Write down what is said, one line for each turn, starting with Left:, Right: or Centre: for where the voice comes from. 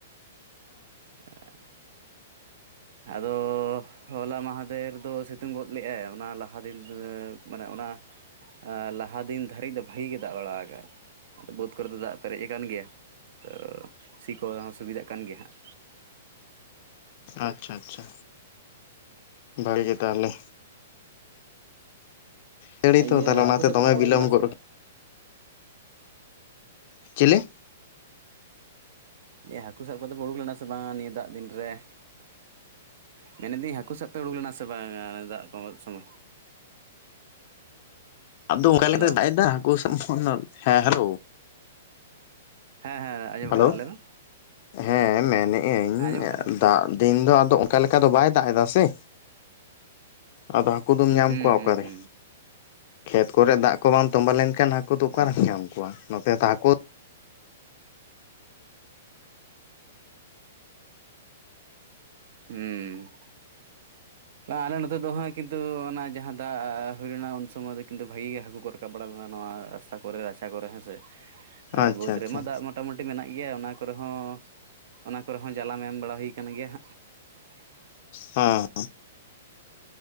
Right: <unintelligible> ᱟᱫᱚᱻ ᱦᱚᱞᱟ ᱢᱟᱦᱟᱫᱮᱨ ᱫᱚ ᱥᱤᱛᱩᱝ ᱜᱚᱫ ᱞᱮᱜᱼᱟᱭ ᱚᱱᱟ ᱞᱟᱦᱟ ᱫᱤᱱ ᱫᱚ ᱢᱟᱱᱮ ᱚᱱᱟ ᱟ ᱞᱟᱦᱟ ᱫᱤᱱ ᱫᱷᱟᱹᱨᱤᱜ ᱫᱚ ᱵᱷᱟᱜᱤ ᱜᱮ ᱫᱟᱜ ᱵᱟᱲᱟ ᱟᱠᱟᱜ ᱟᱭ᱾ ᱟᱫᱚ ᱵᱳᱛᱽ ᱠᱚᱨᱮ ᱫᱚ ᱫᱟᱜ ᱯᱮᱨᱮᱜ ᱠᱟᱱ ᱜᱮᱭᱟ, ᱛᱚ ᱥᱤ ᱠᱚ ᱥᱩᱵᱤᱫᱟᱜ ᱠᱟᱱ ᱜᱮᱭᱟ ᱦᱟᱸᱜ᱾
Left: ᱟᱪᱪᱷᱟ ᱟᱪᱪᱷᱟ ᱵᱷᱟᱹᱜᱤ ᱜᱮ ᱛᱟᱦᱞᱮ᱾ ᱡᱟᱹᱲᱤ
Right: ᱟ
Left: ᱛᱚ
Right: ᱤᱭᱟᱹ
Left: ᱛᱟᱦᱚᱞᱮ ᱚᱱᱟᱛᱮ
Right: ᱦᱟᱠᱩ ᱥᱟᱵ
Left: ᱫᱚᱢᱮ
Right: ᱠᱚᱫᱚ ᱯᱮ ᱩᱱᱩᱠ
Left: ᱵᱤᱞᱚᱢ
Right: ᱞᱮᱱᱟ ᱥᱮ
Left: ᱜᱚᱫ
Right: ᱵᱟᱝ?
Left: ᱪᱤᱞᱤ?
Right: ᱮᱭᱟ ᱦᱟᱹᱠᱩ ᱥᱟᱵ ᱠᱚᱫᱚ ᱯᱮ ᱩᱱᱩᱠ ᱞᱮᱱᱟ ᱥᱮ ᱵᱟᱝ ᱱᱤᱭᱟᱹ ᱫᱟᱜ ᱫᱤᱱ ᱨᱮ? ᱢᱮᱱᱮᱫᱟᱹᱤᱧ ᱦᱟᱹᱠᱩ ᱥᱟᱵ ᱯᱮ ᱩᱲᱩᱠ ᱞᱮᱱᱟ ᱥᱮ ᱵᱟᱝᱟ ᱫᱟᱜ ᱠᱚᱢᱚᱜ ᱥᱳᱢᱳᱭ?
Left: ᱟᱫᱚ ᱚᱱᱠᱟ
Right: ᱦᱮᱞᱳ
Left: ᱞᱮᱠᱟᱛᱮᱭ ᱫᱟᱜᱮᱜᱼᱟ ᱦᱟᱹᱠᱩ ᱥᱟᱵ <unintelligible> ᱦᱮᱸ ᱦᱮᱞᱳ᱾
Right: ᱦᱮᱸ ᱦᱮᱸ ᱟᱸᱡᱚᱢᱚᱜ
Left: ᱦᱮᱞᱳ,
Right: ᱠᱟᱱᱟ ᱞᱟᱹᱭ ᱢᱮ
Left: ᱦᱮᱸ ᱢᱮᱱᱮᱜ ᱟᱹᱧ
Right: ᱦᱮᱸ ᱟᱸᱡᱚᱢᱚᱜ ᱠᱟᱱᱟ
Left: ᱫᱟᱜ ᱛᱮᱦᱮᱱ ᱫᱚ ᱟᱫᱚ ᱚᱱᱠᱟ ᱞᱮᱠᱟ ᱫᱚ ᱵᱟᱭ ᱫᱟᱜ ᱮᱫᱟ ᱥᱮ ᱟᱫᱚ ᱦᱟᱠᱳ ᱫᱚᱢ ᱧᱟᱢ
Right: ᱦᱩᱸ
Left: ᱠᱚᱣᱟ
Right: ᱦᱩᱸ
Left: ᱚᱠᱟᱨᱮ,
Right: ᱦᱩᱸ
Left: ᱠᱷᱮᱛ ᱠᱚᱨᱮ ᱫᱟᱜ ᱠᱚ ᱵᱟᱢ ᱛᱚᱸᱵᱟ ᱞᱮᱱᱠᱷᱟᱱ ᱦᱟᱠᱳ ᱫᱚ ᱚᱠᱟᱨᱮᱢ
Right: ᱦᱮᱸ
Left: ᱧᱟᱢ ᱠᱚᱣᱟ ᱱᱚᱛᱮ ᱛᱚ ᱦᱟᱹᱠᱳ
Right: ᱦᱩᱸ ᱟᱞᱮ ᱱᱚᱛᱮ ᱫᱚ ᱦᱟᱸᱜ ᱠᱤᱱᱛᱩ ᱚᱱᱟ ᱡᱟᱸᱦᱟ ᱫᱟᱜ ᱦᱩᱭ ᱞᱮᱱᱟ ᱩᱱ ᱥᱳᱢᱳᱭ ᱫᱚ ᱠᱤᱱᱛᱩ ᱵᱷᱟᱹᱜᱤ ᱜᱮ ᱦᱟᱠᱳ ᱠᱚ ᱨᱟᱠ ᱨᱟᱠᱟᱵ ᱵᱟᱲᱟ ᱞᱮᱱᱟ ᱱᱚᱣᱟ ᱨᱟᱥᱛᱟ ᱠᱚᱨᱮ ᱨᱟᱪᱟ ᱠᱚᱨᱮ ᱦᱮᱸᱥᱮ, ᱟᱨ
Left: ᱟᱪᱪᱷᱟ
Right: ᱵᱳᱛᱽ
Left: ᱟᱪᱪᱷᱟ
Right: ᱨᱮᱢᱟ ᱫᱟᱜ ᱢᱚ ᱢᱚᱴᱟᱢᱳᱴᱤ ᱢᱮᱱᱟᱜ ᱜᱮᱭᱟ ᱚᱱᱟ ᱠᱚᱨᱮ ᱦᱚᱸ ᱚᱱᱟ ᱠᱚᱨᱮ ᱦᱚᱸ ᱡᱟᱞᱟᱢ ᱮᱢ ᱵᱟᱲᱟ ᱦᱩᱳ ᱠᱟᱱ ᱜᱮᱭᱟ ᱦᱟᱸᱜ᱾ <unintelligible>
Left: ᱦᱟᱸ